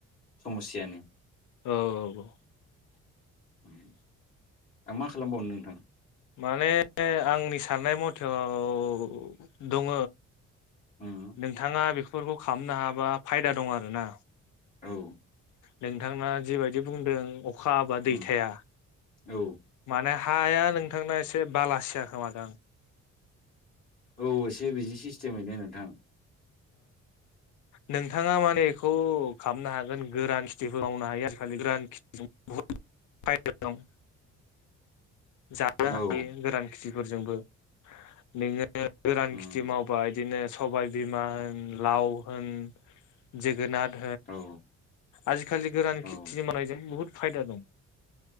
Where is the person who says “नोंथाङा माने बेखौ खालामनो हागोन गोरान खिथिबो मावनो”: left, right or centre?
Left